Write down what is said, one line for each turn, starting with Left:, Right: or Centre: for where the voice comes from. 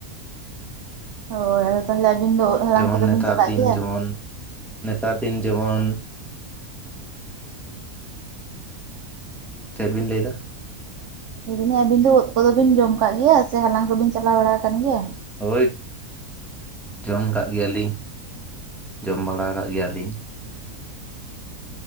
Right: ᱦᱳᱭ ᱟᱫᱚ ᱛᱟᱦᱚᱞᱮ ᱟᱹᱵᱤᱱ ᱫᱚ ᱩᱫ ᱦᱟᱞᱟᱝ
Centre: ᱡᱮᱢᱚᱱ
Right: ᱠᱚᱫᱚ
Centre: ᱱᱮᱛᱟᱨ
Right: ᱵᱤᱱ ᱪᱟᱞᱟᱜ
Centre: ᱫᱤᱱ
Right: ᱜᱮᱭᱟ?
Centre: ᱡᱮᱢᱚᱱ ᱱᱮᱛᱟᱨ ᱫᱤᱱ ᱡᱮᱢᱚᱱ ᱪᱮᱫ ᱵᱤᱱ ᱞᱟᱹᱭ ᱮᱫᱟ
Right: ᱞᱟᱹᱭ <inaudible> ᱫᱟᱞᱤᱧ <inaudible> ᱟᱵᱤᱱ ᱫᱚ ᱩᱫ ᱠᱚᱫᱚ ᱵᱤᱱ ᱡᱚᱢ ᱟᱠᱟᱜ ᱜᱮᱭᱟ ᱥᱮ ᱦᱟᱞᱟᱝ ᱠᱚᱵᱤᱱ ᱪᱟᱞᱟᱣ ᱵᱟᱲᱟ ᱟᱠᱟᱱ ᱜᱮᱭᱟ?
Centre: ᱦᱳᱭ ᱡᱚᱢ ᱠᱟᱜ ᱜᱮᱭᱟᱞᱤᱧ ᱡᱚᱢ ᱵᱟᱲᱟ ᱠᱟᱜ ᱜᱮᱭᱟᱞᱤᱧ᱾